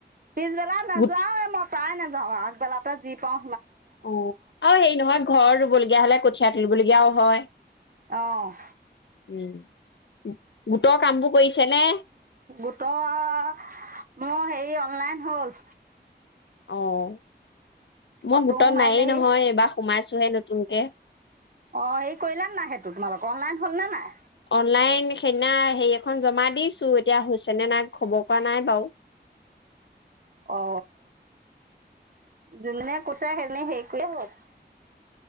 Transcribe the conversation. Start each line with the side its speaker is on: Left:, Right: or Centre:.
Right: পিছবেলা নাযাওঁ
Left: গোট
Right: এ মই প্ৰাই নাযাওঁ আও আগবেলাতে যি পাও।
Left: অ আৰু হেৰি নহয় ঘৰ ৰুবলগীয়া হলে কঠিয়া তুলিবলগীয়া হয়
Right: অহ
Left: উম গোটৰ কাম বোৰ কৰিছে নে?
Right: গোটৰ মোৰ হেৰি অনলাইন হ'ল।
Left: অহ মই
Right: ফটোও
Left: গোটত
Right: মাৰিলেহি
Left: নায়েই নহয় এইবাৰ সোমাইছোহে নতুনকে।
Right: অ হে কৰিলা নে নাই সেইটো তোমালোক অনলাইন হল নে নাই।
Left: অনলাইন সেইদিনা হেৰি এখন জমা দিছো এতিয়া হৈছে নে নাই খবৰ পৰা নাই বাৰু।
Right: অ। জোনে <unintelligible> সেনে সেৰি কৰি হত